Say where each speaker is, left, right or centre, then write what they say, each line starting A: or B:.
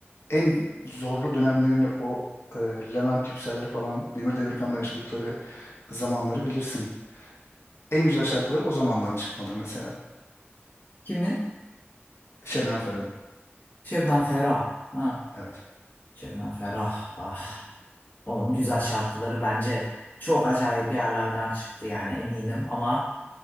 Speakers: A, on the left; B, on the left.
A: en zorlu dönemlerini o e, Levent Yüksel'le falan Demir Demirkan'la yaşadıkları zamanları bilirsin. En güzel şarkıları o zamandan çıkmadır mesela.
B: Kimin?
A: Şebnem Ferah'ın.
B: Şebnem Ferah. Ha,
A: Evet.
B: Şebnem Ferah. Ah, onun güzel şarkıları bence çok acayip yerlerden çıktı yani eminim ama